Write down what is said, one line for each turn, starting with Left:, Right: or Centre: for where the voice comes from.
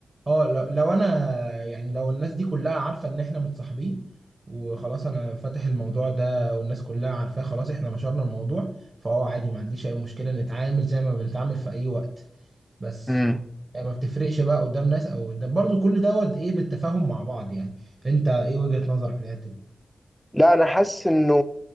Right: اه لو لو انا يعني لو الناس دي كلها عارفه ان احنا متصاحبين وخلاص انا فاتح الموضوع ده والناس كلها عارفاه خلاص احنا نشرنا الموضوع فهو عادي ما عنديش اي مشكله نتعامل زي ما بنتعامل في اي وقت بس
Centre: امم
Right: هي ما بتفرقش بقى قدام ناس او قدام برضو كل دوت ايه بالتفاهم مع بعض يعني انت ايه وجهة نظرك في الحته دي
Centre: لا انا حاسس انه